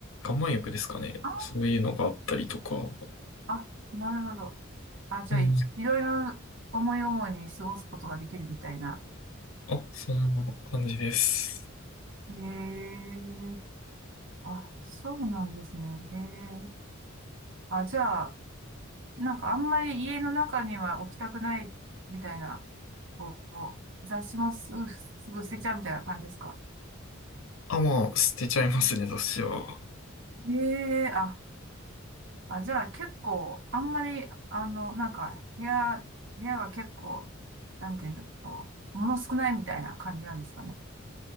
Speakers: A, on the left; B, on the right.
A: 岩盤浴ですかね。
B: あ、
A: そういうのがあったりとか。
B: あ、なるほど。あ、じゃあ、
A: うん。
B: い、いろいろ思い思いに過ごすことができるみたいな。
A: あ、そんな感じです。
B: へえあ、そうなんですね。へえあ、じゃあ、なんかあんまり家の中には置きたくないみたいな、こう、雑誌もすぐ、すぐ捨てちゃうみたいな感じですか
A: あ、まあ、捨てちゃいますね、雑誌は。
B: ええあ、あ、じゃあ結構、あんまり、あの、なんか、部屋、部屋は結構、なんていうの、こう、物少ないみたいな感じなんですかね。